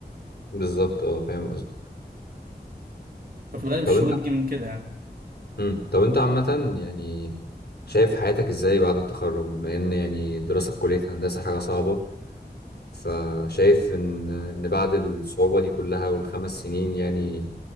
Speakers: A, on the left; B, on the right.
A: بالظبط اه فاهم قصدي
B: ففي الغالب
A: طب
B: الشغل
A: انت
B: بيجي من كده يعني
A: امم طب انت عامة يعني شايف حياتك ازاي بعد التخرج بما ان يعني الدراسة في كلية هندسة حاجة صعبة فشايف ان ان بعد الصعوبة دي كلها والخمس سنين يعني